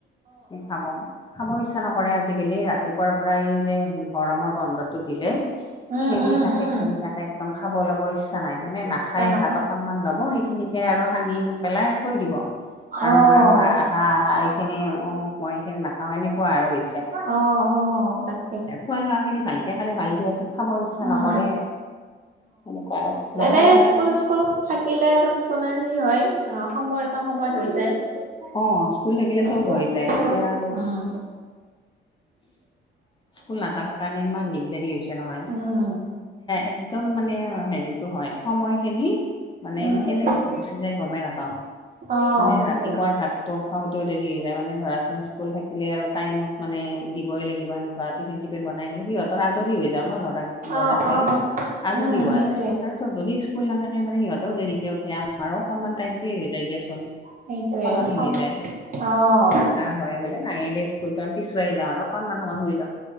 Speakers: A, on the left (about 25°); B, on the right (about 40°).
A: সি খাব। খাব ইচ্ছা নকৰে আজিকালি ৰাতিপুৱাৰ পৰাই যে গৰমৰ বন্ধত টো দিলে
B: উম,
A: খেলি
B: উম,
A: থাকে
B: উম,
A: - খেলি থাকে একদম খাব ল'ব ইচ্ছা নাই, মানে
B: ইচ্ছা
A: নাখায়
B: নহল
A: ভাত অকন। কণমান লব সেইখিনিকে আৰু সানি পেলাই থৈ দিব। আৰু
B: অ',
A: মা, বা হা - হা এইখিনি মোক, মই এইখিনি নাখাও এনেকুৱা আৰু হৈছে।
B: অ', অ', তাকে।
A: খোৱা লোৱাখিনি ভালকে খালে ভাল দিয়াচোন খাবৰ ইচ্ছা
B: উম,
A: নকৰে, সেনেকুৱা আৰু। নাখায়
B: এনেই
A: কাৰণে
B: স্কুল - স্কুল থাকিলে আপোনাৰ সেই হয় অ, সময়ৰ কাম সময়ত হৈ যায়।
A: অ, স্কুল থাকিলে চব
B: ত'
A: হৈ
B: সেই
A: যায় এতিয়া আৰু।
B: উম,
A: স্কুল নাথাকা কাৰণে ইমান দিগদাৰি হৈছে নহয়।
B: উম,
A: একদম মানে হেৰিটো হয় সময় খিনি মানে
B: উম,
A: কেনেকে গুচি যাই গমেই নাপাও
B: অ',
A: মানে
B: তাকেই
A: ৰাতিপুৱাৰ ভাতটো খাওতেও দেৰি হৈ যায়। মানে ধৰাচোন স্কুল থাকিলে আৰু টাইমত মানে দিবই লাগিব এনেকুৱা টফিন চিফিন বনাই মেলি সিহতৰ আজৰি হৈ যাও ন ল'ৰা
B: অ',
A: ল'ৰা ছোৱালীৰ
B: অ',
A: আজৰি
B: উম,
A: হোৱা
B: সেইটোৱে।
A: যায়। তাৰপিছত যদি স্কুল নাথাকে মানে সিহঁতেও দেৰিকে উঠে। মাৰ অকনমান টাইমটো এৰি যায় দিয়াচোন।
B: সেইটোৱে
A: সলনি
B: সম
A: হৈ যায়।
B: অ'।
A: খেলা হয় বোলে। নাহে দে স্কুল তন পিছুৱাই যাও আৰু অকনমান সময় শুই লও।